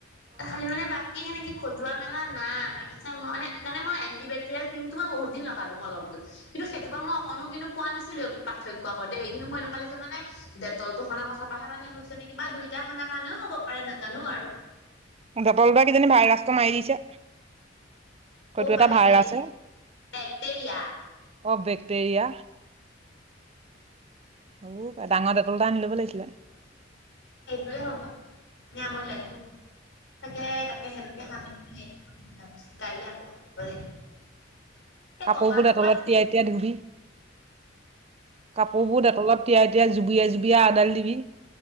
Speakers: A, on the left; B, on the right.
A: খালি মানে বা কি সেনেকে খজোৱা মেলা নাই। চা মই মানে একানে মই এণ্টি বেটেৰিয়েল ক্ৰীম। টো মই বহুত দিন ল পালোঁ মলমটো। কিন্তু সেইটো পা মই অকনো কিন্তু পোৱা নাছিলো পাৰ্থক্য আগত দেই। কিন্তু মই এনেকুৱা লাগিছে মানে দেটলটো হনা পাছ পা হে মানে হৈছে নেকি বা দুইটা হানা কাৰণেও হ'ব পাৰে নাজানো আৰু।
B: দেতল টোৱে কিজানি ভাইৰাছটো মাৰি দিছে।
A: -বও
B: হয়তো এটা
A: পাই
B: ভাইৰাছে
A: দে। বেক্টেৰিয়া।
B: অ বেক্টেৰিয়া। অ। ডাঙ ডেটল এটা আনি ল'ব লাগিছিলে।
A: <unintelligible> তাকে তাকে হেতুকে সানি <unintelligible> কাইলে আকৌ সানিবই লাগিব। <inaudible>
B: কাপোৰবো
A: টুকুৰাত
B: দেটলত তিয়াই তিয়াই ধুবি? কাপোৰ বোৰ দেটলত তিয়াই তিয়াই জুবিয়াই জুবিয়া আডাল দিবি।